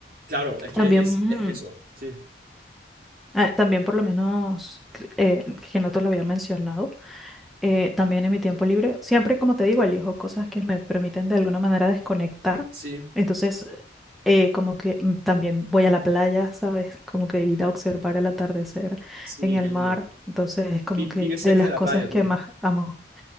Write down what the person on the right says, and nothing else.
Claro, es que
es,
es eso. Sí,
sí,
sí,
qué lindo.
Vi-
vives
cerca
de la
playa tú.